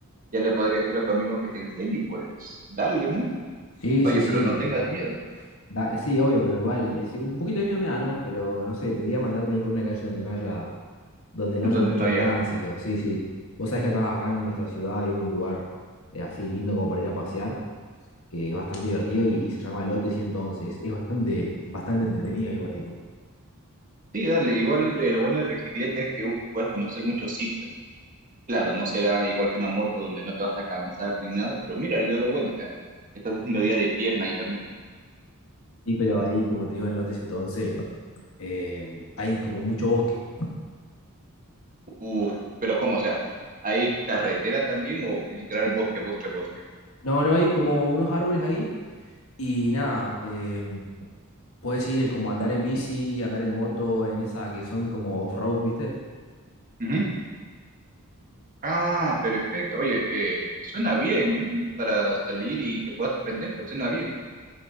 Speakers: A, on the right; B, on the left.
A: ya le podrías ir a tu amigo que te enseñe y pues darle, ¿no?
B: Sí,
A: Oye,
B: sí, sí.
A: pero no tengas miedo,
B: Da- sí, obvio, pero igual, eh, sí, un poquito de miedo me da, ¿no? Pero no sé, debería mandarme ahí por una calle donde no haya donde no
A: donde
B: haya mucho
A: no haya...
B: tránsito. Sí, sí. Vos sabés que acá, acá en nuestra ciudad hay un lugar eh, así lindo como para ir a pasear, que es bastante divertido y, y se llama Lote 111. Es, es bastante, bastante entretenido ir por ahí.
A: Sí, dale, igual eh, lo bueno de la bicicleta es que uh, puedes conocer muchos sitios. Claro, no será igual que una moto donde no te vas a cansar ni nada, pero mira, el lado bueno, o sea, estás haciendo día de pierna ahí también.
B: Sí, pero ahí, como te digo, en Lote 111 em, hay como mucho bosque.
A: Uf, pero ¿cómo? O sea, ¿hay carretera también o literal bosque, bosque, bosque?
B: No, no hay como unos árboles ahí y nada, em, puedes ir eh, como andar en bici, andar en moto, en esa que son como off-road, ¿viste?
A: Ujú. Ah, perfecto. Oye, eh, suena bien, ¿eh? Para salir y que puedas aprender, pues suena bien.